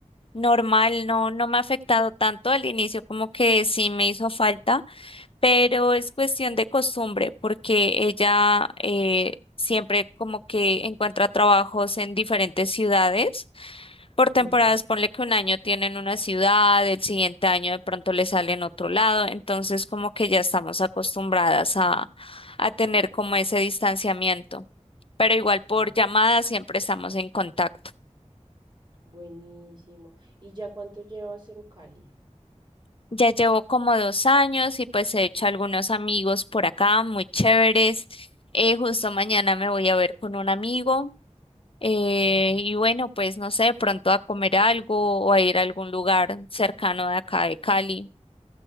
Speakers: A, on the left; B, on the right.
A: normal, no, no me ha afectado tanto al inicio como que sí me hizo falta pero es cuestión de costumbre, porque ella eh, siempre como que encuentra trabajos en diferentes ciudades. Por temporadas,
B: ujú.
A: ponle que un año tienen una ciudad, el siguiente año de pronto le sale en otro lado, entonces como que ya estamos acostumbradas a, a tener como ese distanciamiento. Pero igual por
B: Ah,
A: llamada siempre estamos en contacto.
B: buenísimo. ¿Y ya cuánto llevas en Cali?
A: Ya llevo como dos años y pues he hecho algunos amigos por acá, muy chéveres. Eh, justo mañana me voy a ver con un amigo. eh,
B: Ujú.
A: y bueno, pues no sé, pronto a comer algo o a ir a algún lugar cercano de acá de Cali.